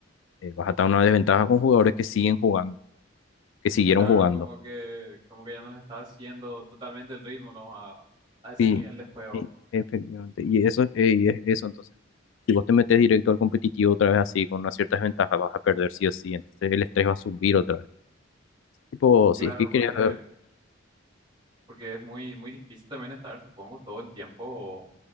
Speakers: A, on the left; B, on the right.
A: eh, vas a estar en una desventaja con jugadores que siguen jugando, que siguieron
B: Claro,
A: jugando.
B: como que, como que ya no le está haciendo totalmente el ritmo, ¿no? A, a ese
A: Sí,
B: nivel de juego.
A: sí, efectivamente. Y eso, eh, y es eso, entonces, si vos te metes directo al competitivo otra vez así, con una cierta desventaja, vas a perder sí o sí, entonces el estrés va a subir otra vez. Tipo, si
B: Claro,
A: es que quería...
B: porque, porque es muy, muy difícil también estar, supongo, todo el tiempo